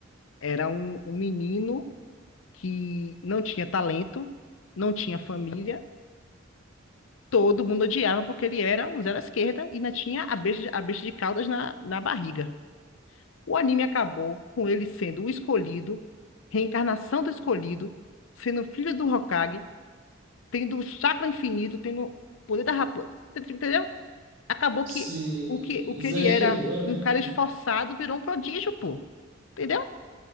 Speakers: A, on the left; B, on the right.
A: Era um, um menino que não tinha talento, não tinha família, todo mundo odiava porque ele era um zero à esquerda e ainda tinha a besta, de- a besta de caudas na, na barriga. O anime acabou com ele sendo o escolhido, reencarnação do escolhido, sendo filho do Hokage, tendo o chakra infinito, tendo o poder da raposa. Entendeu? Acabou
B: se
A: que o que, o que
B: exagerou,
A: ele era um
B: né,
A: cara
B: cara?
A: esforçado virou um prodígio, pô. Entendeu?